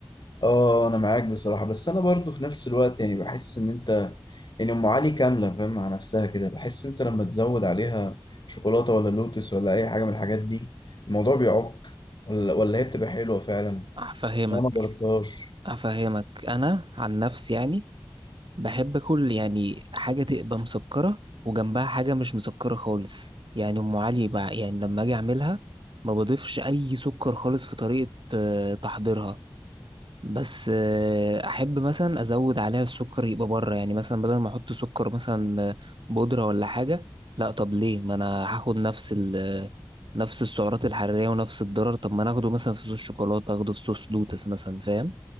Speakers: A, on the left; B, on the right.
A: اه انا معاك بصراحه بس انا برضو في نفس الوقت يعني بحس ان انت يعني ام علي كامله فاهم مع نفسها كده بحس ان انت لما تزود عليها شوكولاته ولا لوتس ولا اي حاجه من الحاجات دي الموضوع بيعك ولا ولا هي بتبقى حلوه فعلا
B: هفهمك
A: عشان انا ما جربتهاش
B: هفهمك انا عن نفسي يعني بحب اكل يعني حاجه تبقى مسكره وجنبها حاجه مش مسكره خالص يعني ام علي بقى يعني لما اجي اعملها ما بضيفش اي سكر خالص في طريقه آه، تحضيرها بس آه، احب مثلا ازود عليها السكر يبقى بره يعني مثلا بدل ما احط سكر مثلا آه، بودره ولا حاجه لا طب ليه ما انا هاخد نفس ال آه، نفس السعرات الحراريه ونفس الضرر طب ما انا اخده مثلا في صوص شوكولاته اخده في صوص لوتس مثلا فاهم